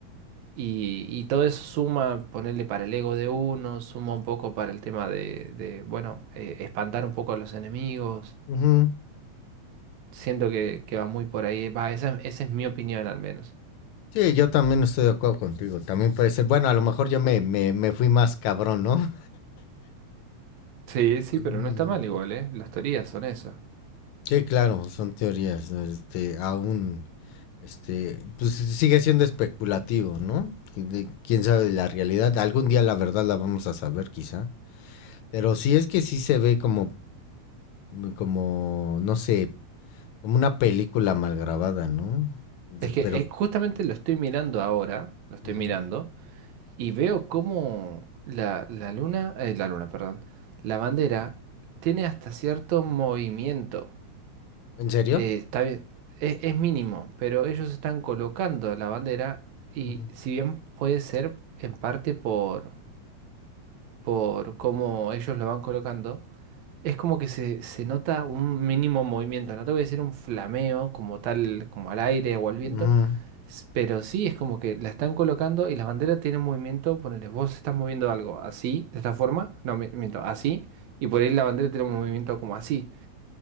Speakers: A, on the right (about 75°); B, on the left (about 80°).
A: y, y todo eso suma, ponerle para el ego de uno, suma un poco para el tema de, de, bueno, eh, espantar un poco a los enemigos.
B: Ujú.
A: Siento que, que va muy por ahí, va, esa, esa es mi opinión al menos.
B: Sí, yo también estoy de acuerdo contigo. También puede ser, bueno, a lo mejor yo me, me, me fui más cabrón, ¿no?
A: Sí, sí,
B: Mm,
A: pero no está mal igual, ¿eh? Las teorías son eso.
B: Sí, claro, son teorías. Este, aún, este, pues sigue siendo especulativo, ¿no? Y de- Quién sabe de la realidad. Algún día la verdad la vamos a saber, quizá. Pero sí es que sí se ve como, mm, como, no sé, como una película mal grabada, ¿no? De-
A: Es que
B: Pero,
A: eh, justamente lo estoy mirando ahora, lo estoy
B: ujú.
A: mirando, y veo cómo la, la luna, eh, la luna, perdón, la bandera tiene hasta cierto movimiento.
B: ¿En serio?
A: Eh, está bien, es, es mínimo, pero ellos están colocando la bandera y
B: Ujú,
A: si bien puede ser en parte por por cómo ellos lo van colocando, es como que se, se nota un mínimo movimiento. No te voy a decir un flameo como tal, como al aire o al viento,
B: ujú,
A: s- pero sí es como que la están colocando y las banderas tienen movimiento. Ponele, vos estás moviendo algo así, de esta forma, no, mi- miento, así, y por ahí la bandera tiene un movimiento como así.